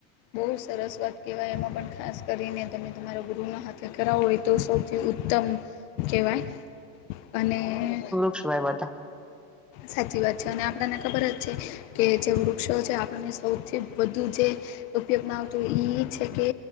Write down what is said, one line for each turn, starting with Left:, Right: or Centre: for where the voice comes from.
Left: બહુ સરસ વાત કહેવાય. એમાં પણ ખાસ કરીને તમે તમારા ગૃહ ના હાથ કરવા હોય તો સૌથી ઉત્તમ કહેવાય, અને- -
Centre: વૃક્ષો વાવવા જઈએ.
Left: સાચી વાત છે, અને આપણને ખબર જ છે. કે જે વૃક્ષો છે, આપણને સૌથી વધુ જે ઉપયોગમાં આવતો એ છે કે,